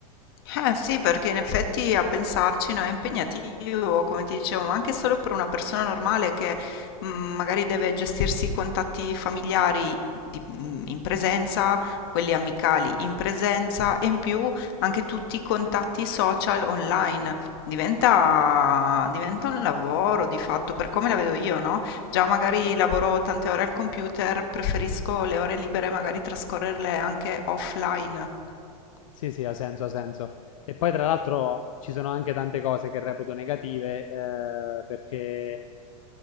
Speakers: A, on the left; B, on the left.
A: Eh sì, perché in effetti a pensarci, no, è impegnativo, come ti dicevo, ma anche solo per una persona normale che mh, magari deve gestirsi i contatti familiari di- mh, in presenza, quelli amicali in presenza e in più anche tutti i contatti social online. Diventa, diventa un lavoro di fatto, per come la vedo io, no? Già magari lavoro tante ore al computer, preferisco le ore libere magari trascorrerle anche offline.
B: Sì, sì, ha senso, ha senso. E poi tra l'altro ci sono anche tante cose che reputo negative, eh, perché